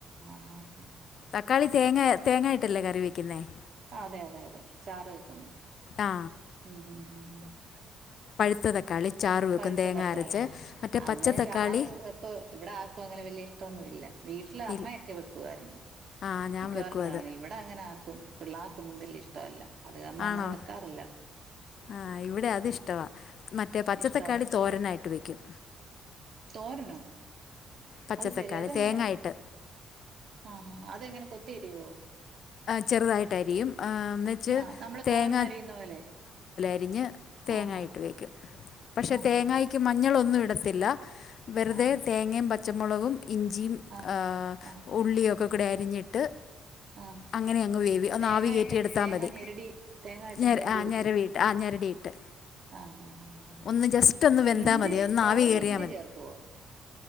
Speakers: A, on the right; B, on the left.
A: ആഹ ആ
B: തക്കാളി തേങ്ങ തേങ്ങായിട്ടല്ലേ കറിവെയ് <unintelligible>
A: അതെ അതെ അതെ ചാറ് വെക്കുന്ന
B: ആ
A: മ്
B: പുളിച്ച തക്കാളി ചാറ് വെക്കും
A: പഴുത്തതക്കാളിയാ
B: തേങ്ങ അരച്ച് മറ്റേ
A: അങ്ങനെ
B: പച്ച തക്കാളി
A: ചാറ് ഇപ്പ ഇവിടെ ആക്കും അങ്ങനെ വലിയ ഇഷ്ടമൊന്നുമില്ല വീട്ടില് അമ്മയൊക്കെ
B: ഇൽ
A: വെക്കുമായിരുന്നു
B: ആ ഞാൻ
A: മിക്കവാറും
B: വെക്കും
A: കാണും
B: അത്
A: ഇവിടെ അങ്ങനെ ആർക്കും മ് പിള്ളാർക്കൊന്നും വേല്യ ഇഷ്ടമല്ല അത് കാരണം
B: ആണോ
A: അങ്ങനെ വെക്കാറില്ല
B: ആ ഇവിടെ അതിഷ്ടവാ മറ്റേ പച്ചത്തക്ക
A: ഇഷ്ടവാ
B: തക്കാളി തോരനായിട്ട് വയ്ക്കും
A: തോരനോ
B: പച്ച
A: അത് ശെരി
B: തക്കാളി
A: അതെങ്ങനെ
B: തേങ്ങ ഇട്ട്
A: ആഹ് ആ അതെങ്ങനെ കൊത്തിരിവോ
B: ചെറുതായിട്ട് അരിയും എന്നുവെച്ച്
A: ആഹ് നമ്മള്
B: തേങ്ങ
A: തോരനരിയുന്ന പോലെ
B: അരിഞ്ഞ് തേങ്ങായിട്ട്
A: ആഹ്
B: വെക്കും പക്ഷെ
A: ആഹ്
B: തേങ്ങായ്ക്ക് മഞ്ഞളൊന്നും ഇട ഇടത്തില്ല വെറ്തെ
A: ആഹ്
B: തേങ്ങേപ പച്ചമുളകും ഇഞ്ചിമ്
A: ആഹ് ആഹ്
B: എ
A: ആഹ്
B: ഉള്ളി ഓ ക്ക കൂടെ അരിഞ്ഞിട്ട്
A: ആ
B: അങ്ങനെ അങ്ങ് വേവി ഒന്ന്
A: തേങ്ങ
B: ആവി കയറ്റി
A: ഇട്ട്
B: എടുത്താൽ
A: തേങ്ങാ
B: മതി
A: ഞെരടി തേങ്ങ ഇട്ട്
B: ഞര
A: ഞെരടി
B: ആ
A: വെക്കും
B: ഞരവിയിട്ട് ആ ഞെരടിയിട്ട്
A: ആ അ
B: ഒന്ന് ജസ്റ്റ് ഒന്ന്
A: അ
B: വെന്താൽ
A: ഇഞ്ചി
B: മതി ഒന്ന്
A: തോരൻ
B: ആവി കയറിയാൽ
A: ഇഞ്ചി
B: മതി
A: ചേർക്കുവോ